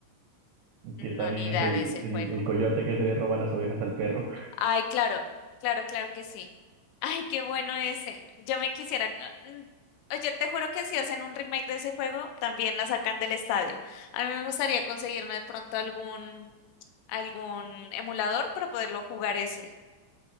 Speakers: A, on the right (about 80°); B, on the left (about 80°).
A: que
B: No,
A: también
B: ni
A: es
B: idea
A: el,
B: de ese
A: el,
B: juego.
A: el coyote que se le roba las ovejas al perro.
B: Ay, claro, claro, claro que sí. Ay, qué bueno ese. Yo me quisiera. mm, Oye, te juro que si hacen un remake de ese juego, también la sacan del estadio. A mí me gustaría conseguirme de pronto algún, algún emulador para poderlo jugar ese.